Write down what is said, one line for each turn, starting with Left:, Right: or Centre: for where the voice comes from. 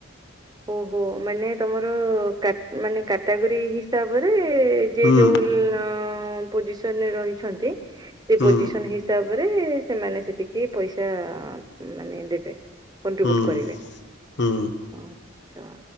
Right: ଓହୋ ମାନେ ତମର କା ମାନେ କାଟାଗୋରୀ ହିସାବରେ ଯିଏ
Left: ହୁଁ
Right: ଯୋଉ ଉଲ ପୋଜିସନ୍ ରେ ରହିଛନ୍ତି ସେ
Left: ହୁଁ
Right: ପୋଜିସନ୍ ହିସାବରେ ସେମାନେ ସେତିକି ପଇସା ମାନେ ଦେବେ କଣ୍ଟ୍ରିବୁଟ
Left: ହୁଁ
Right: କରିବେ
Left: ହୁଁ।
Right: ହଁ। ଚ୍ଛା